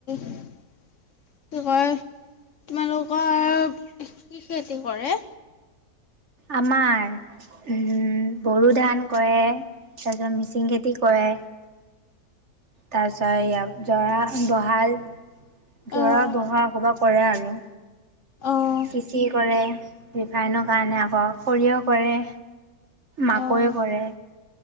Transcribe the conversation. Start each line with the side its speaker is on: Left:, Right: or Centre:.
Left: কি কয়। তোমালোকৰ কি খেতি কৰে?
Right: আমাৰ উম বড়ো ধান কৰে, তাৰপিছত মিচিং খেতি কৰে। তাৰপিছত এইয়া জৰা বহাল জৰা
Left: অ',
Right: বহা কবা কৰে আৰু
Left: অ',
Right: <unintelligible> কৰে ৰিফাইনৰ কাৰণে আকৌ সৰিয়হ কৰে, মাকৈ
Left: অ',
Right: কৰে।